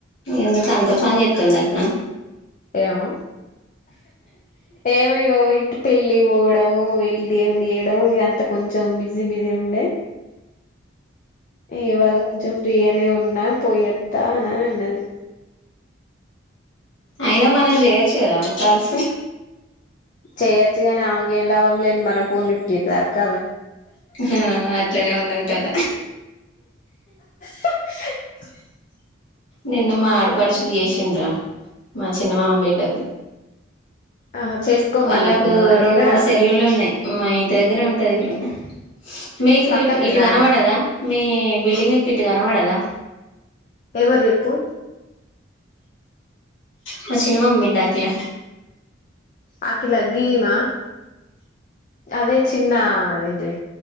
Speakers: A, on the left (about 70°); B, on the left (about 40°).
A: ఎందుకు అంత పని చెతుందట్న
B: ఏమొ ఏమొ ఇగ పెళ్ళి పోవడం వెళ్ళి దేవుణ్ణు చేయడం ఇగ అంత కొంచెం బిజీ బిజీ ఉండే ఇవాళ కొంచెం ఫ్రీగానే ఉన్నా పోయేత్తా అని అన్నది
A: అయినా మనం చెయొచ్చు కదా కాల్స్
B: చేయొచ్చు గాని ఆమేకు ఎంలాభం లేంది మన ఫోన్ లిప్ట్ చేస్తదా అక్క
A: ఆ అట్లనే ఉన్నది కథ
B: <unintelligible>
A: నిన్న మా ఆడపడుచుకు చేసిండ్రా మా చిన్న మామ బిడ్డకు
B: ఆహా చేసుకోమ్మని
A: వాళ్ళకు
B: చెప్పినవా
A: రెండు
B: ఎక్కడ
A: మూడు సెల్లులు ఉన్నాయి మా ఇంటి దగ్గరే ఉంటది ఇల్లు <unintelligible> మీకు
B: పక్కనేనా
A: ఇ ఇటుకనపడదా మీ బిల్డింగ్ ఎకుతే ఇటుకనపడదా
B: ఎవరు చెప్పు
A: మా చిన్న మామ బిడ్డ అఖిల
B: అఖిల గ్గిమా అదే చిన్న అదేంటి